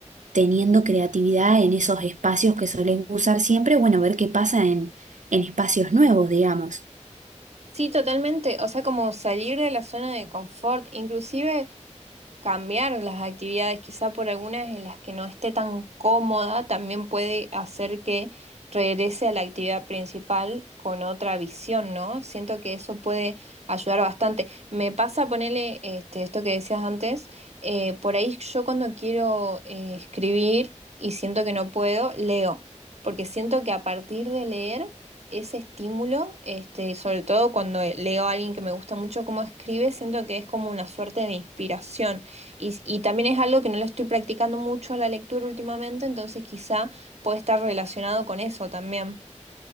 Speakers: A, on the right; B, on the right.
A: teniendo creatividad en esos espacios que solés usar siempre, bueno, ver qué pasa en, en espacios nuevos, digamos.
B: Sí, totalmente. O sea, como salir de la zona de confort, inclusive... cambiar las actividades, quizá por algunas en las que no esté tan cómoda, también puede hacer que regrese a la actividad principal con otra visión, ¿no? Siento que eso puede ayudar bastante. Me pasa ponerle este, esto que decías antes, eh, por ahí yo cuando quiero eh, escribir y siento que no puedo, leo, porque siento que a partir de leer... Ese estímulo, este, sobre todo cuando leo a alguien que me gusta mucho cómo escribe, siento que es como una suerte de inspiración. Y, y también es algo que no lo estoy practicando mucho la lectura últimamente, entonces quizá puede estar relacionado con eso también.